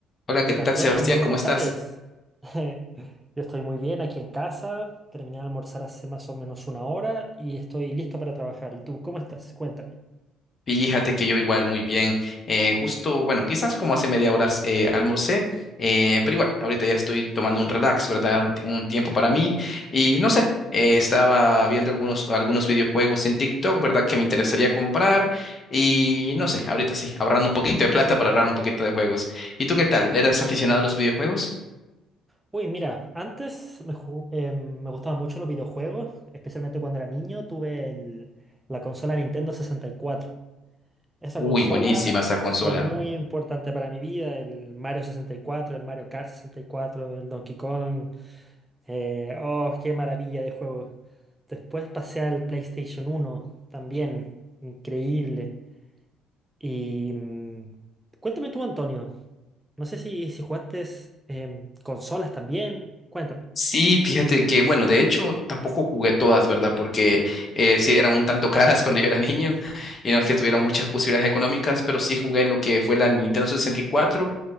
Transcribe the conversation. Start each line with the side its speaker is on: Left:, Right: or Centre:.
Left: Hola, ¿qué
Right: Hola
Left: tal,
Right: Antonio,
Left: Sebastián?
Right: muy buenas
Left: ¿Cómo estás?
Right: tardes. <laughs> Yo estoy muy bien aquí en casa, terminé de almorzar hace más o menos una hora y estoy listo para trabajar. ¿Y tú cómo estás? Cuéntame.
Left: Fíjate que yo igual muy bien. Eh, justo, bueno, quizás como hace media hora eh, almorcé, eh, pero igual, ahorita ya estoy tomando un relax, ¿verdad? Un, ti- un tiempo para mí. Y no sé, eh, estaba viendo algunos, algunos videojuegos en TikTok, ¿verdad? Que me interesaría comprar. Y no sé, ahorita sí, ahorrando un poquito de plata para ahorrar un poquito de juegos. ¿Y tú qué tal? ¿Eras aficionado a los videojuegos?
Right: Uy, mira, antes me, ju- eh, me gustaban mucho los videojuegos, especialmente cuando era niño, tuve el- la consola Nintendo sesenta y cuatro. Esa
Left: Uy,
Right: consola
Left: buenísima esa
Right: fue
Left: consola.
Right: muy importante para mi vida, el Mario sesenta y cuatro el Mario Kart sesenta y cuatro el Donkey Kong. eh, oh, qué maravilla de juego. Después pasé al PlayStation uno también increíble. Y mm, cuéntame tú, Antonio, no sé si, si jugaste em, consolas también. Cuéntame.
Left: Sí, fíjate que, bueno, de hecho tampoco jugué todas, ¿verdad? Porque eh, sí eran un tanto <laughs> caras cuando yo era niño y no es que tuvieran muchas posibilidades económicas, pero sí jugué lo que fue la Nintendo 64,